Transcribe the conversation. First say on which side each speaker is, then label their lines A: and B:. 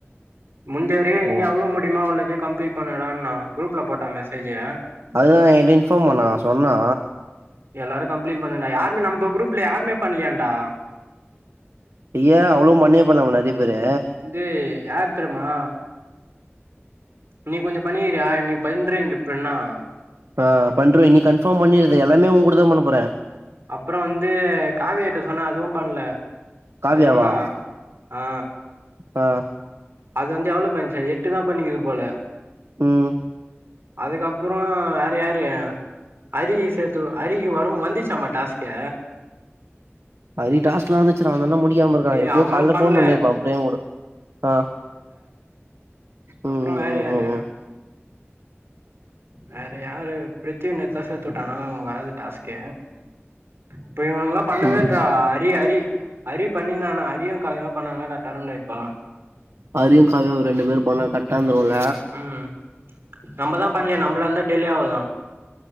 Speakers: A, on the right; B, on the right.
A: முஞ்சவரைக்கு இன்னைக்கு
B: ஓ
A: அவ்ளோ முடியுமா அவ்ளோ இது கம்ப்ளீட் பண்ணுடான்ன குரூப்ல போட்டா மெசேஜிய
B: அதுதா என்கிட்ட இன்ஃபாம் பண்ண சொன்னா
A: எல்லாரு கம்ப்ளீட் பண்ணோம் டா யாருமே நம்ப குரூப்ல யாருமே பண்ணலியான்டா
B: ஏ அவளும் மண்ணே பண்ணலா உன்ன அ பரே
A: இந்து யார் தெர்மா நீ கொஞ்ச பண்ணிகிறியா நீ பன்ற இப்ப இன்னா
B: ஆ பண்றோ நீ கன்ஃபாம் பண்ணிறது எல்லாமே ஓங்க் கூடதா பண்ண போற
A: அப்புறம் வந்து காவியாட்ட சொன்னா அதுவும் பண்ல
B: காவியாவா
A: அது எவ்ளோ ஆ
B: ஆ
A: அது வந்து எவ்ளோ பன்னிச்சா எட்டு தா பண்ணிக்கிது போல
B: ம்
A: அதுக்கப்றோ வேற யாரு ஹரிய சேத்து ஹரிக்கு வரும் வந்துச்சாம்மா டாஸ்க்கு
B: ஹரி டாஸ்க்லா வந்து ச்சன வந்த ஒன்னே முடிக்காம இருக்கான்
A: டேய்
B: எப்டியோ
A: அவனு
B: கால்ல
A: பண்ல
B: ஃபோன் பண்ணிருப்பா பிரேம் கூட ஆ
A: அப்புறம்
B: ம் ம்
A: வேற
B: ம்
A: யாரு
B: ம் ம்
A: வேற யாரு பிரித்திவு நேத்திதா சேத்து உட்டாங்க அதனால் அவனுக்கு வராது டாஸ்க்கே இப்ப இவனுங்கலா பண்ணவே
B: ம்
A: இல்ற அரி அரி அரி இன்னான ஹரியும் காவியாவு பண்ணாங்கன்னா கரட்டான்டா இருக்கும்
B: அரியும் காவியாவும் ரெண்டு பேரும் பண்ணா கரட்டா இந்துருக்கும்ல
A: ம் ம் நம்பதா பண்லே நம்பளால தா டிலே ஆவுதா